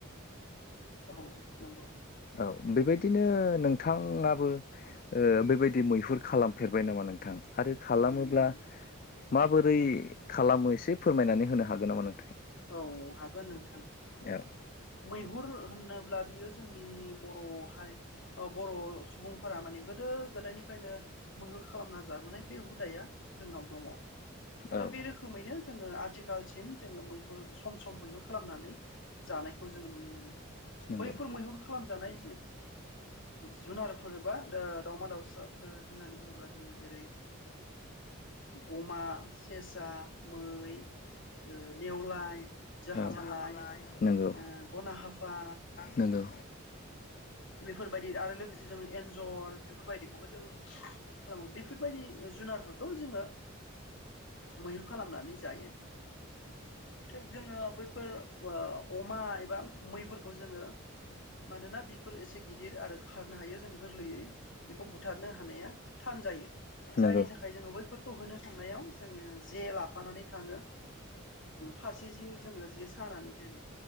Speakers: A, on the left (about 60°); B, on the left (about 40°).
A: औ नंगौ
B: औ बेबायदिनो नोंथाङाबो बेबायदि मैहुर खालामफेरबाय नामा नोंथां आरो खालामोब्ला
A: उम
B: माबोरै खालामो एसे फोरमायनानै होनो हागोन नामा नों
A: औ हागोन नोंथां
B: औ
A: मैहुर होनोब्ला बियो जोंनि बर' हारि बर' सुबुंफोरा माने गोदो गोदो गोदायनिफ्रायनो मैहुर खालामना जाबोनाय बे हुदाया जोंनाव दङ आरो
B: औ
A: बे रोखोमैनो जोङो आथिखालसिम जोङो मैहुर सम सम मैहुर खालामनानै जानायखौ जोङो नुनो मोनो
B: नंगौ
A: बैफोर मैहुर खालामजानाय जुनारफोर बा ओ दावमा दाउसाफोर होननानै बुङोब्ला जोङो जेरै ओ अमा सेसा मै नेवलाय जाहामालाय
B: औ नंगौ
A: ओ बनाहाफा
B: नंगौ
A: बेफोरबायदि आरो लोगोसे जों एन्जर बेफोरबायदिखौबो जों खालामो बेफोरबायदि जुनारफोरखौ बेखौ जोङो मैहुर खालामनानै जायो थिग जोङो बैफोर अमा एबा मैफोरखौ जोङो मानोना बेफोर एसे गिदिर आरो खारनो हायो जों गोरलैयै बेखौ बुथारनो हानाया थान जायो
B: जों
A: जायनि थाखाय जोङो बैफोरखौ होनो थांनायाव जोङो जेला फानानै थाङो फारसेथिं जोङो जे सानानै दोनो